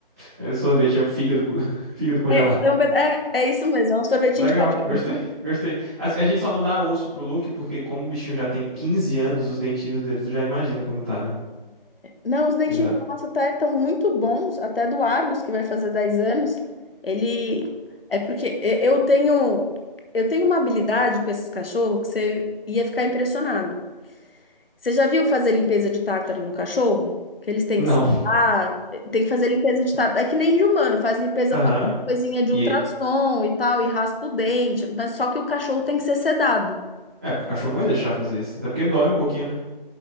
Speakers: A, in the centre; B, on the left.
A: É, sorvete é o fígado, co- <laughs> fígado congelado.
B: É, é, um peda- é, é isso mesmo, é um sorvetinho
A: Legal,
B: de cachorro.
A: gostei, gostei. A, a gente só não dá osso pro Luke, porque como o bichinho já tem 15 anos, os dentinhos dele, tu já imagina como tá, né?
B: Não, os dentinhos
A: Ele já...
B: do nosso até estão muito bons, até do Argos, que vai fazer 10 anos. Ele é porque e- eu tenho eu tenho uma habilidade com esses cachorros que você ia ficar impressionado. Você já viu fazer limpeza de tártaro no cachorro? Que eles têm
A: <laughs> Não.
B: que secar, tem que fazer limpeza de tártaro. É que nem de humano, faz limpeza
A: Aham.
B: com a coisinha de
A: E...
B: ultrassom e tal, e raspa o dente, mas só que o cachorro tem que ser sedado.
A: É, porque o cachorro não vai deixar fazer isso. Até porque dói um pouquinho, né?